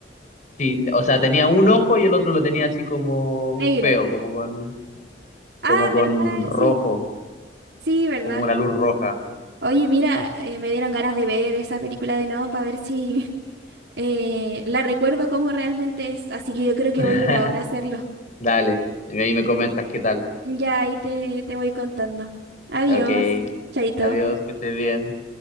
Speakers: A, on the left; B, on the right.
A: Sí, te- o sea, tenía un ojo y el otro lo tenía así como
B: Negro.
A: feo, como con,
B: Ah,
A: como con
B: ¿verdad?
A: rojo,
B: Sí, sí, ¿verdad?
A: como una luz roja.
B: Oye, mira, eh, me dieron ganas de ver esa película de nuevo para ver si <laughs> eh, la recuerdo como realmente es. Así que yo creo que
A: <laughs>
B: voy a ir ahora a hacerlo.
A: Dale, y ahí me comentas qué tal.
B: Ya ahí te, te voy contando. Adiós,
A: Ok,
B: chaito.
A: adiós, que estés bien.